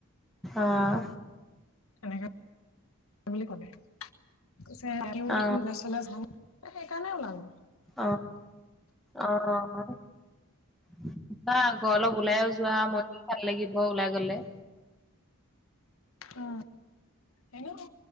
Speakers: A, in the centre; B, on the left.
A: আহ।
B: তেনেকে বুলি ক'লে। পিছে ৰাতিও
A: অ
B: দেখোন <unintelligible> সেইকাৰণে ওলালো।
A: অঁ অ অ অঁ। যোৱা আকৌ অলপ ওলাইও যোৱা মোনটো ভাল লাগিব ওলাই গলে।
B: অ এনেও